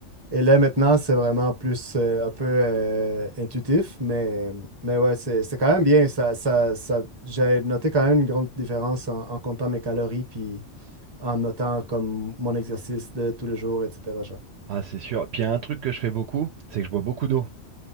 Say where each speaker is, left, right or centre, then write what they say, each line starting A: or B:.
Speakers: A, on the right; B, on the right.
A: Et là, maintenant, c'est vraiment plus euh, un peu euh, intuitif. Mais, mais ouais, c'est c'est quand même bien. Ça, ça, ça, j'ai noté quand même une grande différence en, en comptant mes calories puis en notant comme mon exercice de tous les jours, etc. genre.
B: Ah, c'est sûr. Puis il y a un truc que je fais beaucoup, c'est que je bois beaucoup d'eau.